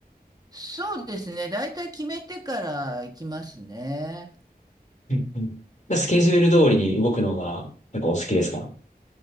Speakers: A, on the right; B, on the left.
A: そうですね。大体決めてから行きますね。
B: うんうん。でスケジュール通りに動くのが結構お好きですか